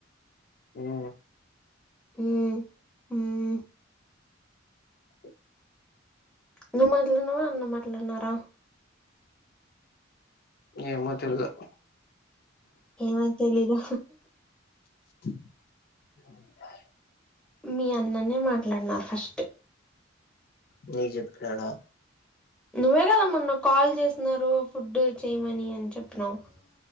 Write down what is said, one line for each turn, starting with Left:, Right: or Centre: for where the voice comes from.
Left: మ్
Centre: మ్ మ్
Left: ఊ
Centre: నువ్ మాట్లాడినవా అన్న మాట్లాడినారా
Left: ఏమో తెలువద్
Centre: ఏమో తెలీదు
Left: రాయు
Centre: మీ అన్ననే మాట్లాడినారు ఫస్ట్
Left: నీకు చెప్పినాడా
Centre: నువ్వే కద మొన్న కాల్ చేససినారు ఫుడ్ చేయమని అని చెప్పినవ్